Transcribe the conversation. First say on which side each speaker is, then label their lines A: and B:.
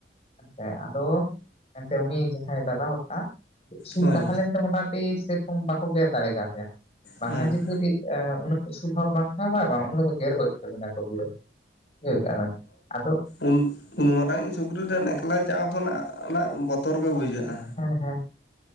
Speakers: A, on the left; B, on the left.
A: ᱮᱱᱛᱮ ᱟᱫᱚ ᱮᱱᱛᱮ ᱩᱱᱤ ᱡᱟᱦᱟᱸᱭ ᱫᱟᱫᱟ ᱦᱚᱲ ᱩᱥᱩᱞ
B: ᱦᱳᱭ
A: ᱛᱟᱦᱮᱸ ᱞᱮᱱᱛᱮ ᱢᱚᱴᱟᱢᱩᱴᱤ ᱥᱮᱨᱚᱠᱚᱢ ᱵᱟᱠᱚ ᱜᱮᱨ ᱫᱟᱲᱮ ᱠᱟᱣᱫᱮᱭᱟ ᱵᱟᱝᱠᱷᱟᱱ
B: ᱦᱮᱸ
A: ᱡᱩᱫᱤ ᱩᱱᱟᱹᱜ ᱩᱥᱩᱞ ᱦᱚᱲ ᱵᱟᱝ ᱠᱷᱟᱭ ᱵᱟᱝ ᱩᱱᱤ ᱫᱚ ᱠᱚ ᱜᱮᱨ ᱜᱚᱡ ᱛᱟᱵᱤᱱᱟ ᱠᱚ ᱯᱩᱨᱟᱹ ᱵᱩᱡᱷᱟᱹᱣ ᱠᱮ-ᱟ ᱵᱮᱱ ᱟᱫᱚ
B: ᱩᱱ ᱩᱱ ᱢᱟᱨᱟᱝᱤᱡ ᱥᱩᱠᱨᱤ ᱴᱷᱮᱱ ᱮᱠᱞᱟ ᱪᱟᱶ ᱠᱷᱚᱱᱟᱜ ᱱᱟᱜ ᱵᱚᱛᱚᱨ ᱜᱮ ᱵᱩᱡᱷᱟᱹᱜᱼᱟ
A: ᱦᱮᱸ ᱦᱮᱸ